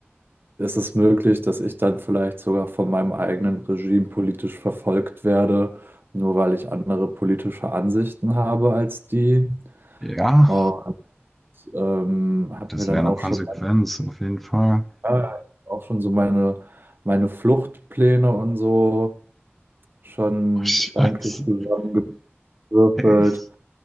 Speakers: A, on the right; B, in the centre.
A: ist es möglich, dass ich dann vielleicht sogar von meinem eigenen Regime politisch verfolgt werde, nur weil ich andere politische Ansichten habe als die.
B: ja,
A: Und ähm, habe
B: das
A: mir dann
B: wäre eine
A: auch
B: Konsequenz
A: schon
B: auf jeden Fall.
A: Ja, auch schon so meine, meine Fluchtpläne und so schon
B: Oh, Scheiße.
A: gedanklich zusammengewürfelt.
B: <laughs>